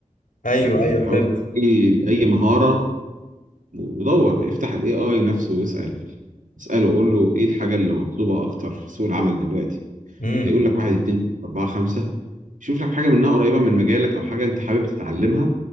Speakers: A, on the left; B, on the right.
A: ايوه
B: يعني
A: ايوه
B: حاول
A: فهمت
B: اي اي مهارة ودور افتح الاي اي نفسه واسأل اسأله وقول له ايه الحاجة اللي مطلوبة اكتر في سوق العمل دلوقتي
A: امم
B: هيقول لك واحد اتنين تلاتة اربعة خمسة شوف لك حاجة منها قريبة من مجالك او حاجة انت حابب تتعلمها